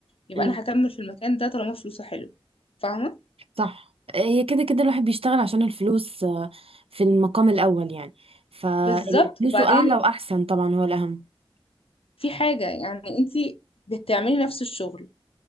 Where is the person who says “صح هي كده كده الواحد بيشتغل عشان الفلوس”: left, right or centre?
Right